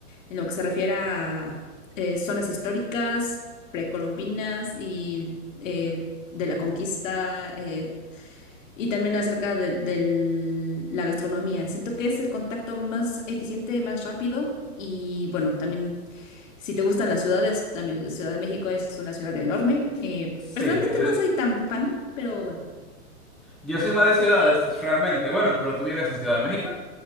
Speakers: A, on the left (about 55°); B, in the centre.
A: en lo que se refiere a eh, zonas históricas, precolombinas y eh, de la conquista. eh, y también acerca de, del- la gastronomía. Siento que es el contacto más eficiente, más rápido. Y bueno, también si te gustan las ciudades, también Ciudad de México es una ciudad enorme. Eh,
B: Sí,
A: personalmente
B: yo...
A: no soy tan fan, pero bueno.
B: Yo soy más de ciudades, realmente. Bueno, pero tú vives en Ciudad de México.